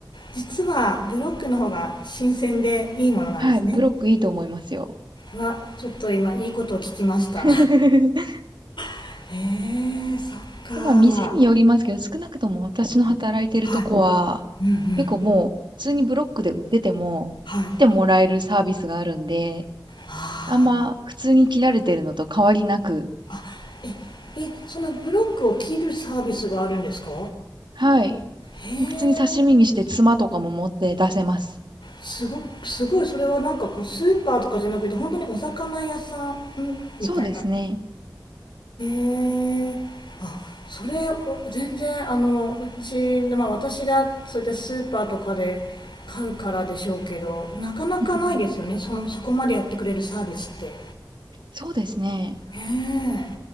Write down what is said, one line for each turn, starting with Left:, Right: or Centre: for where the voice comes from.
Left: 実はブロックの方が新鮮でいいものなんですね。
Right: はい、ブロックいいと思いますよ。
Left: はちょっと今いいことを聞きました。
Right: <laughs>
Left: <laughs> へえそっか。
Right: まあ店によりますけど、少なくとも私の働いてるとこは、
Left: はい。うんうん。
Right: 結構もう普通にブロックで売ってても、
Left: はい。は
Right: 来てもらえるサービスがあるんで、
Left: あ。
Right: あんま普通に切られてるのと変わりなく、
Left: あ、え、え、そのブロックを切るサービスがあるんですか
Right: はい。
Left: へ
Right: 普通に刺身にしてツマとかも持って出せます。
Left: すごすごいそれはなんかこうスーパーとかじゃなくて本当にお魚屋さんみたいなへ
Right: そうですね。
Left: えあそれを全然あのうちの、まあ、私がそういったスーパーとかで買うからでしょうけどなかなかないですよねそのそこまでやってくれるサービスってへ
Right: うん。そうですね。
Left: え